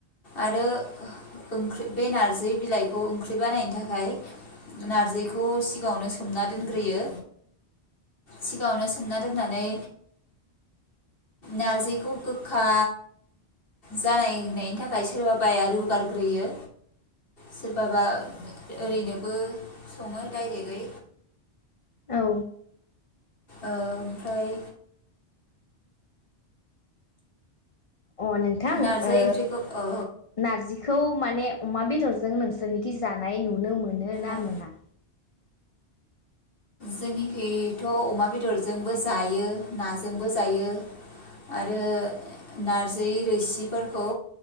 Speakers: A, on the left; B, on the left.
A: आरो ओंख्रि बे नार्जै बिलाइखौ ओंख्रि बानायनो थाखाय नारजैखौ सिगाङावनो सोमना दोनग्रोयो सिगाङावनो सोमना दोननानै नारजिखौ गोखा जानायनायनि थाखाय सोरबा बाया रुगारग्रोयो सोरबाबा ओरैनोबो सङो डायरेगै
B: औ
A: ओ ओमफ्राय
B: अ नोंथां
A: नारजि
B: ओ
A: ओंख्रिखौ औ
B: नारजि बेखौ माने अमा बेदरजों नोंसोरनिखि जानाय नुनो मोन मोनो ना
A: औ
B: मोना?
A: जोंनिखैथ अमा बेदरजोंबो जायो नाजोंबो जायो आरो नारजै रोसिफोरखौ